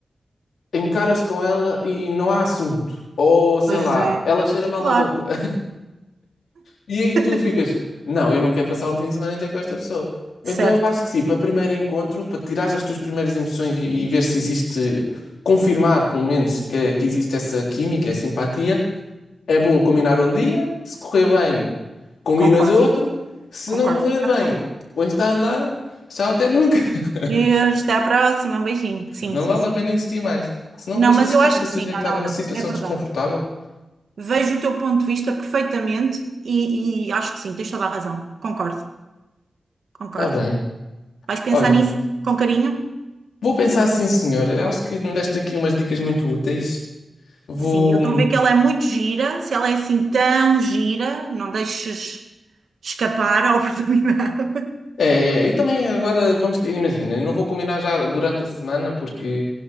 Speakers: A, on the left (about 90°); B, on the right (about 80°).
A: encaras com ela e não há assunto. Ou sei
B: Pois
A: lá,
B: é,
A: ela cheira mal
B: claro.
A: da boca. <laughs> E, e
B: <laughs>
A: tu ficas, não, eu não quero passar o fim de semana inteiro com esta pessoa. Então
B: Certo,
A: eu acho que sim, para primeiro encontro, para tirar as tuas primeiras impressões e, e ver se existe, confirmar pelo menos que, que existe essa química, essa simpatia é bom combinar um dia, se correr bem, combinas
B: concordo,
A: outro, se
B: concordo,
A: não correr
B: quase
A: bem,
B: concordo.
A: pões-te a andar, tchau até nunca. <laughs>
B: Deus, até à próxima, um beijinho. Sim,
A: Não
B: sim,
A: vale
B: sim.
A: a pena insistir mais. Se não,
B: Não,
A: depois
B: mas
A: estás-te
B: eu acho que
A: a sujeitar
B: sim, não, não,
A: a uma situação
B: não, é verdade.
A: desconfortável,
B: Vejo o teu ponto de vista perfeitamente e, e acho que sim, tens toda a razão. Concordo, concordo.
A: está bem.
B: Vais pensar
A: Olha.
B: nisso com carinho?
A: Vou pensar sim, senhor. Eu acho que me deste aqui umas dicas muito úteis. Vou.
B: Sim, eu estou a ver que ela é muito gira, se ela é assim tão gira, não deixes escapar a oportunidade. <laughs>
A: É, é, e também agora vamos ter, imagina, eu não vou combinar já durante a semana, porque